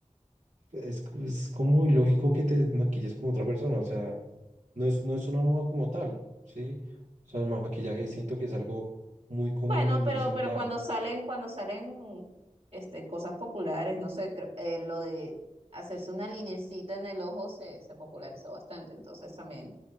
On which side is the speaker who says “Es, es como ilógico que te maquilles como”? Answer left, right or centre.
Right